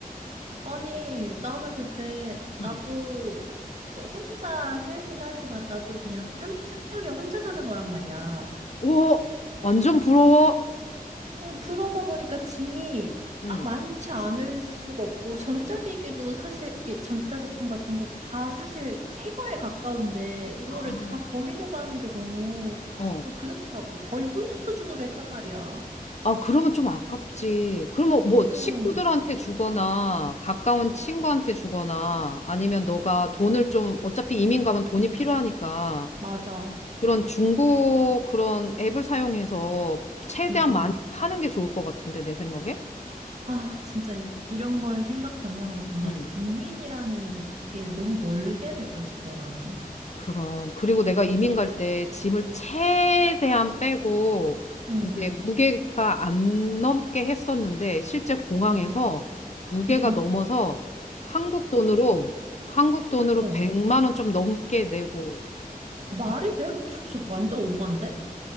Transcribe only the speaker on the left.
응,
오, 완전 부러워.
응.
아,
어.
아, 그러면 좀 아깝지. 그러면 뭐
식구들한테 주거나 가까운 친구한테 주거나 아니면 너가 돈을 좀 어차피 이민 가면 돈이 필요하니까
그런 중고 그런 앱을 사용해서 최대한
많이 파는 게 좋을 것 같은데, 내 생각에?
응.
그럼. 그리고 내가 이민 갈 때 짐을 최대한 빼고,
이제 무게가 안 넘게 했었는데, 실제 공항에서
무게가
넘어서 한국 돈으로, 한국 돈으로
100만 원 좀 넘게 내고
가져왔어.